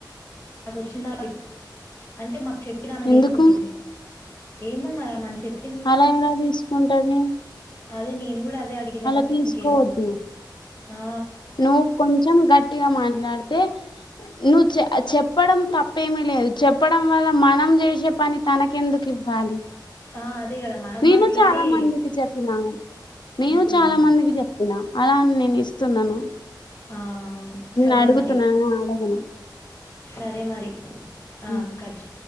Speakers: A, on the left; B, on the left.
A: నాకు వచ్చిందా అంటే మాకు చెప్పినామె
B: ఎందుకు
A: తీసుకుంటుంది ఏమో మరా మని చెప్ప
B: అలా ఎలా తీసుకుంటది
A: అదే నేను కూడా అదే అడిగిన
B: అలా
A: గాని
B: తీసుకోవద్దు
A: ఇంకేమో ఆ
B: నువ్వు కొంచెం గట్టిగా మాట్ ఇలాడితే నువ్ చె చెప్పడం తప్పేమిీ లేదు చెప్పడం వల్ల మనం చేసే పని తనకెందుకు ఇవ్వాలి
A: ఆ అదే కదా మనం
B: నేను
A: మాట్లాడి
B: చాలా మందికి చెప్పినా నేను
A: ఉమ్
B: చాలా మందికి చెప్పినా అలాని నేను ఇస్తున్నాను
A: ఆ అవును
B: నేను
A: సరే
B: అడుగుతునా
A: మరి
B: ఆడగను
A: సరే మరి
B: మరి
A: ఆ కట్ీ